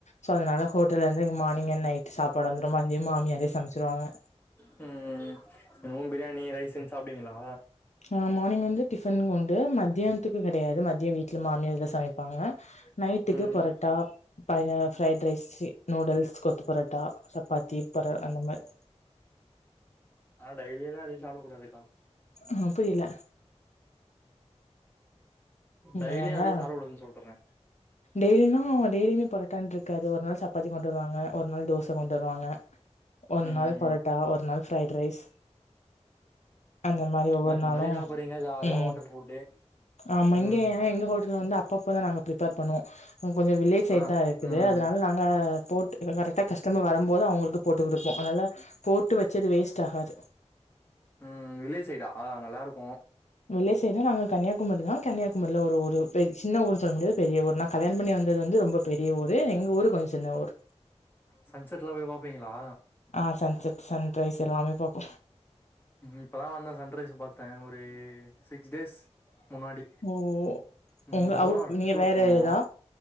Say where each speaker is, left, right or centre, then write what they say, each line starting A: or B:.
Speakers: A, on the left (about 75°); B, on the left (about 15°).
A: சோ அதனால ஹோட்டல்ல இருந்து மார்னிங் அண்ட் நைட் சாப்பாடு வந்துரு மதிய மாமியாரே சமச்சிருவாங்க
B: ம் <unintelligible> பிரியாணி ரைசுன் சாப்டுவீங்களா
A: ஆ மார்னிங் வந்து டிபன் கொண்டு மத்தியானத்துக்கு கெடையாது மதிய வீட்ல மாமியார் சமைப்பாங்க நைட்டுக்கு
B: ம்
A: பரட்டா ப பல fried rice noodles kothu parotta chapati பர அந்த மாரி
B: ஆ டைலில்லா அதே சாப்ட கூடாதுக்கா
A: ஆ புரில
B: டைய்லியு
A: அதனால
B: அதே சாப்ட கூடாதுன்னு சொல்ட்ற
A: டெய்லினா டெய்லியுமே பொரட்டான் இருக்காது ஒரு நாள் சப்பாத்தி கொண்டு வருவாங்க ஒரு நாள் தோச கொண்டு வருவாங்க ஒரு
B: ம்
A: நாள் பரோட்டா ஒரு நாள் ஃப்ரைட் ரைஸ் அந்த மாரி ஒவ்வொரு
B: மாத்தி
A: நாளு
B: மாத்தி சாப்புறீங்க ஜாலியா
A: ம்
B: ஹோட்டல் ஃபுட்டு
A: ஆமா இங்க
B: ம்
A: ஏன்னா எங்க ஹோட்டல்ல வந்து அப்பப்பதா நாங்க பிரிப்பேர் பண்ணுவோ கொஞ்சோ வில்லேஜ் சைட்தா
B: அதா
A: இருக்குது
B: ம்
A: அதனால நாங்க போட்டு கரெக்டா கஸ்டமர் வருபோது அவங்களுக்கு போட்டு குடுப்போ நல்லா போட்டு வச்சது வேஸ்ட் ஆகாது
B: ம் வில்லேஜ் சைடா நல்லாருக்கு
A: வில்லேஜ் சைடு நாங்க கன்னியாகுமரிதா கன்னியாகுமரில ஒரு ஊரு சின்ன ஊர்ன்னு சொல்ல முடியாது பெரிய ஊர் நா கல்யாண பண்ணி வந்தது வந்து ரொம்ப பெரிய ஊரு எங்க ஊரு கொஞ்சோ சின்ன ஊர்
B: சன்செட்லா போய் பாப்பீங்களா
A: ஆ சன்செட் சன்ரைஸ் எல்லாமே பாப்போ
B: இப்பதா வந்தே சன் ரைஸ் பாத்தே ஒரு சிக் டேஸ் முன்னாடி
A: ஓ
B: ம்
A: உங்க
B: மூணார்
A: அவுட் நீங்க
B: டூர்
A: வேற
B: போனோ
A: எதா